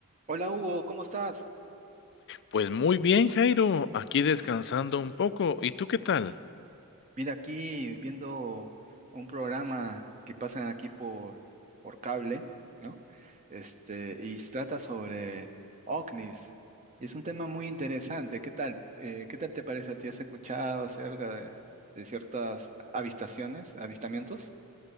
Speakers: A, on the right; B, on the left.
A: Hola Hugo, ¿cómo estás?
B: Pues muy bien, Jairo, aquí descansando un poco. ¿Y tú qué tal?
A: Mira aquí viendo un programa que pasan aquí por, por cable, ¿no? Este, y se trata sobre OVNIs. Y es un tema muy interesante. ¿Qué tal? Eh, ¿qué tal te parece a ti? ¿Has escuchado acerca de, de ciertas avistaciones, avistamientos?